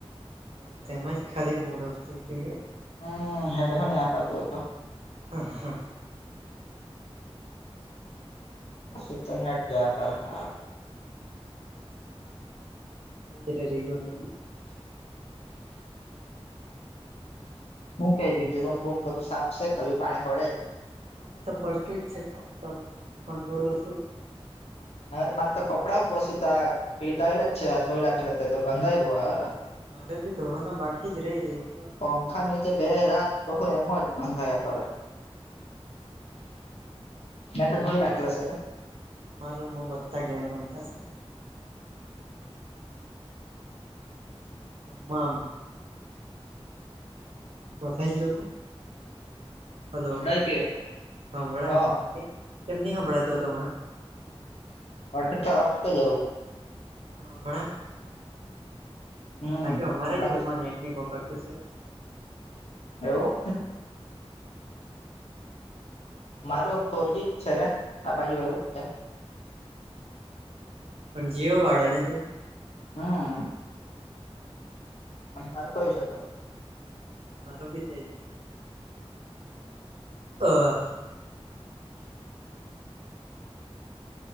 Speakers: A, on the right; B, on the left.
A: મારે તેમાં જ ખાલી મડ ઓફ થઈ ગયું.
B: હમ હેડ ફોન આપપતું તો.
A: <unintelligible>
B: પછી તો નેટ જાયા કર હા.
A: હમ <inaudible>
B: હું કે બીજું રૂમ બૂમ બધું સાફ છે કજુ પાણી ગડે જ
A: હ તો પડતું જ છે ટપ ટપ છે પણ થોડું ઓછું
B: હાર મારે તો કપડાં પછ તો પી લયેલા જ છે ધોઈ લખેલા તો ગંદા બો હારા
A: મારે મારે બી ધોવાના બાકી જ રે એ તો
B: પંખા નીચ બે રાત તો એમ જ બંધાયા કરે. મેં તો ધોય લખેલા છે.
A: મારામાં બધા ગેમ રમતા આમ બતાયજ લોકે હલો
B: હમણાં કે
A: હભળાય
B: હા
A: કેમની હભળાયતો હતો હમણાં
B: અટ અટકે જવું
A: હ <unintelligible>
B: હમ
A: બાકી અમારા
B: હમણાં
A: જ રૂમમાં
B: તો
A: નેટ ની પકડતું સે.
B: એવું મારું ફોરજી જ છે રે આ બાજુ એવું જ છે.
A: પણ જીઓ વાળો ને તુ
B: હા
A: હમ્મ
B: અને તારું કયું છે, તો
A: મારો ભી થ છે. હો